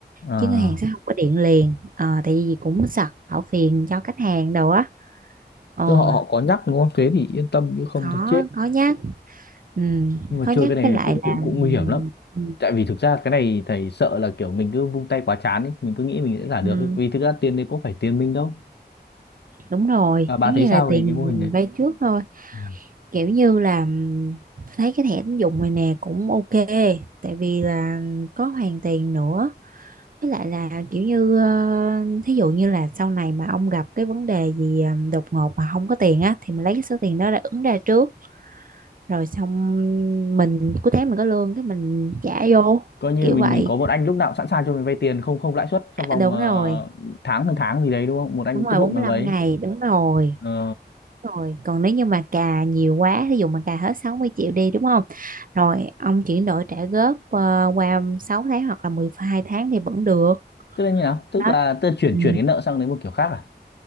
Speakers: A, on the left; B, on the right.
A: à,
B: chứ ngân hàng sẽ không có điện liền Ờ, tại vì cũng sợ phiền cho khách hàng đồ á ồ
A: tức họ họ có nhắc đúng không thế thì yên tâm chứ không
B: khó
A: thì chết
B: khó nhắc ừ,
A: nhưng mà
B: khó nhắc
A: chơi cái này
B: với lại
A: cũng cũng
B: là
A: cũng nguy hiểm lắm
B: ừ,
A: tại vì thực ra cái này thầy sợ là kiểu mình cứ vung tay quá chán ý mình cứ nghĩ mình sẽ giả được
B: ừ,
A: ấy vì thực ra tiền đấy có phải tiền mình đâu
B: đúng rồi
A: và bà
B: giống như
A: thấy sao
B: là tiền
A: về cái mô
B: mình
A: hình đấy
B: vay trước thôi
A: Ừ.
B: kiểu như là ừm, thấy cái thẻ tín dụng này nè cũng ok tại vì là có hoàn tiền nữa Với lại là kiểu như ờ, thí dụ như là sau này mà ông gặp cái vấn đề gì ờ, đột ngột mà không có tiền á thì mình lấy cái số tiền đó ra ứng ra trước rồi xong mình cuối tháng mình có lương cái mình trả vô
A: coi như
B: kiểu
A: mình
B: vậy
A: mình có một anh lúc nào cũng sẵn sàng cho mình vay tiền không không lãi suất trong vòng
B: à, đúng
A: ờ,
B: rồi
A: tháng hơn tháng gì đấy đúng không một anh
B: đúng rồi
A: tốt bụng
B: bốn
A: nào
B: mươi lăm
A: đấy
B: ngày đúng rồi
A: Ờ
B: Đúng rồi còn nếu như mà cà nhiều quá thí dụ mà cà hết 60 triệu đi đúng không rồi ông chuyển đổi trả góp ờ, qua 6 tháng hoặc là 12 tháng thì vẫn được
A: tức là như nào tức
B: đó
A: là tôi chuyển
B: ừ,
A: chuyển cái nợ sang đến một kiểu khác à